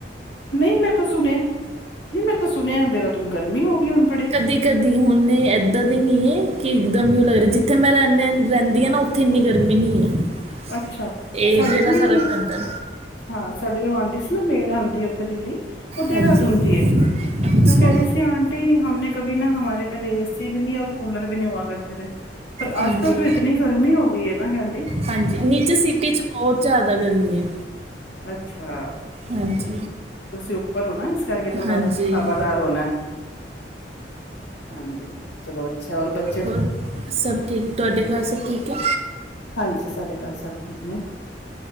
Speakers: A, on the left; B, on the right.
A: ਨਹੀਂ ਮੈਂ ਕੂ ਸੁਣਿਆ ਨਹੀਂ ਮੈਂ ਕੂ ਸੁਣਿਆ ਦੇਰਾਦੂਨ ਗਰਮੀ ਹੋ ਗਈ ਬੜੀ
B: ਕਦੀ ਕਦੀ ਹੁਣ ਐਦਾਂ ਵੀ ਨਹੀਂ ਐ ਕਿ ਇੱਕਦਮ ਉਹ ਲੱਗਦਾ ਐ ਜਿੱਥੇ ਮੈਂ ਰਹਿੰਦੀ ਰਹਿੰਦੀ ਹਾਂ ਨਾ ਉੱਥੇ ਇੰਨੀ ਗਮਮੀ ਦਾ ਮਿਨੀ ਐ
A: ਅੱਛਾ
B: ਏਰੀਏ
A: ਸਾਡੇ ਕੀ
B: ਦਾ ਫ਼ਰਕ ਪੈਂਦਾ ਐ
A: ਹਾਂ ਸਾਡੇ ਉਹ ਆਦੀ ਸੀ ਨਾ ਮੇਡ ਆਦੀ ਉੱਥੇ ਦਿੱਲੀ ਈ ਉਹ ਦੇਹਰਾਦੂਨ
B: ਹਾਂਜੀ
A: ਦੀ ਏ ਤੇ
B: ਅੱਛਾ
A: ਉਹ ਕਹਿ ਰਹੀ ਸੀ ਆਂਟੀ ਹਮ ਨੇ ਕਬੀ ਨਾ ਹਮਾਰੇ ਪਹਿਲੇ ਏ ਸੀ ਵੀ ਨਹੀਂ ਔਰ ਕੂਲਰ ਵੀ ਨਹੀਂ ਹੁਆ ਕਰਦੇੇ ਥੇ ਏ ਪਰ
B: ਹਾਂਜੀ
A: ਅੱਜ ਕੱਲ੍ਹ ਤੋਂ ਇਤਨੀ ਗਰਮੀ ਹੋ ਗਈ ਐ ਨਾ ਕਹਿੰਈ
B: ਹਾਂਜੀ ਨੀਚੇ ਸਿਟੀ ਚ ਬਹੁਤ ਜ਼ਿਆਦਾ ਗਰਮੀ ਐ
A: ਅੱਛਾ
B: ਹਾਂਜੀ ਈ
A: ਤੁਸੀਂ ਉੱਪਰ ਹੋ ਨਾ ਇਸ ਕਰਕੇ ਥੋੜਾ
B: ਹਾਂਜੀ
A: ਹਵਾਦਾਰ ਹੋਣਾ ਐ ਹਾਂਜੀ ਈ ਚਲੋ ਅੱਛਾ ਔਰ ਬਚ
B: ਔਰ ਸਭ ਠੀਕ ਐ ਤੁਹਾਡੇ ਘਰ ਸਭ ਠੀਕ ਐ
A: ਹਾਂਜੀ ਈ ਸਾਡੇ ਘਰ ਸਭ ਠੀਕ ਨੇ